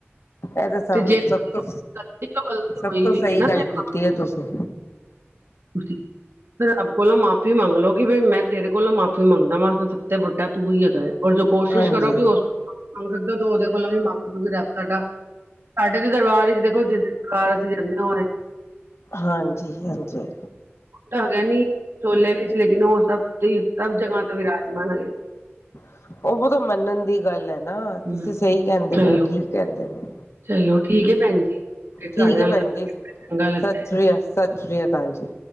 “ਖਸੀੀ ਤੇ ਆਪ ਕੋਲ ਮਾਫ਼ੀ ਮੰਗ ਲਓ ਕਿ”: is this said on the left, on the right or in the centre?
Right